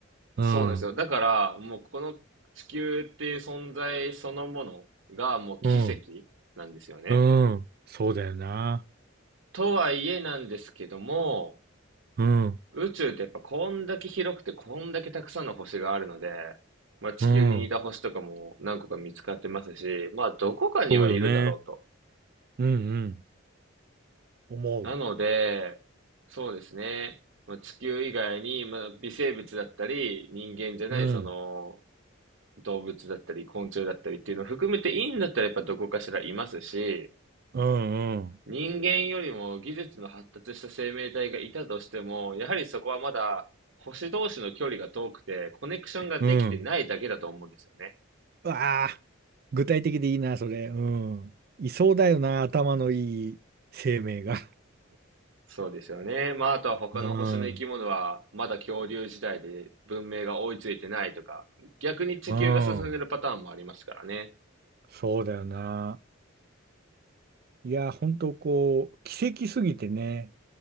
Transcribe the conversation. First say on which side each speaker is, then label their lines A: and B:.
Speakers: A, on the right (about 45°); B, on the right (about 65°).
A: うん。
B: そうなんですよ。だから、もうこの地球っていう存在そのものがもう奇跡なんですよね。
A: うん。うん。そうだよな。
B: とはいえなんですけども、
A: うん。
B: 宇宙ってやっぱこんだけ広くてこんだけたくさんの星があるので、まあ地球に似た星とかも何個か見つかってますし、
A: うん。
B: まあどこかにはいるだろうと。
A: そうよね。うんうん。思う。
B: なので、そうですね。まあ、地球以外に、まあ、微生物だったり、人間じゃないその
A: うん。
B: 動物だったり、昆虫だったりっていうのを含めていいんだったらやっぱどこかしらいますし、
A: うんうん。
B: 人間よりも技術の発達した生命体がいたとしても、やはりそこはまだ星同士の距離が遠くて、コネクションができてないだけだと思うんですよね。
A: うん。うわあ、具体的でいいな、それ。うん。いそうだよな、頭のいい生命が。
B: そうですよね。まあ、あとは他の星の生き物は、
A: うん。
B: まだ恐竜時代で文明が追いついてないとか、逆に地球が進んでるパターンもありますからね。
A: うん。そうだよな。いや、本当こう、奇跡すぎてね、